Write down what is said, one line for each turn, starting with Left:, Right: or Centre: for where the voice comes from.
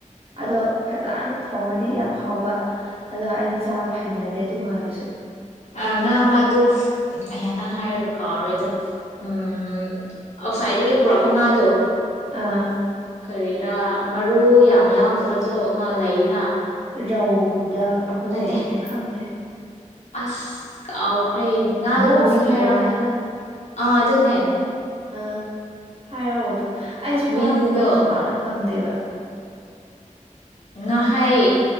Right: ꯑꯗꯣ ꯐꯖꯅ ꯊꯣꯡꯉꯗꯤ ꯌꯥꯝ ꯍꯥꯎꯕ ꯑꯗꯣ ꯑꯩꯗꯤ ꯆꯥꯕ ꯍꯩꯅꯗꯦ ꯑꯗꯨ ꯉꯥꯗꯨꯁꯨ
Left: ꯑ ꯉꯃ ꯑꯗꯨꯗꯨꯅꯪ ꯍꯥꯏ ꯀꯥꯔꯩꯗ ꯎꯝ ꯑꯥꯎꯠꯁꯥꯏꯗꯒꯤ ꯄꯨꯔꯛꯄ ꯉꯥꯗꯣ
Right: ꯑꯥ
Left: ꯀꯔꯤꯔꯥ ꯃꯔꯨ ꯌꯥꯝ ꯌꯥꯎꯗꯕꯁꯨ ꯑꯃ ꯂꯩ
Right: ꯔꯧꯗ ꯑꯃ
Left: ꯅꯠꯇꯦ
Right: ꯂꯩꯕꯅꯦ ꯈꯪꯗꯦ
Left: ꯑꯁ ꯑꯥꯎ ꯍꯣꯔꯦꯟ ꯉꯥꯒꯤ
Right: ꯕꯣꯛꯁꯀꯤ
Left: ꯃꯃꯤꯡ ꯍꯥꯏꯔꯛꯑꯅꯦ
Right: ꯉꯥꯗꯨ
Left: ꯑꯥ ꯑꯗꯨꯉꯦ
Right: ꯑ ꯍꯥꯏ ꯑꯗꯨ ꯑꯩꯁꯨ ꯉꯥꯒꯤ
Left: ꯃꯤꯡꯗꯣ
Right: ꯃꯃꯤꯡꯁꯦ ꯄꯥꯛꯅ ꯐꯪꯗꯦꯕ <inaudible>
Left: ꯉꯍꯥꯏ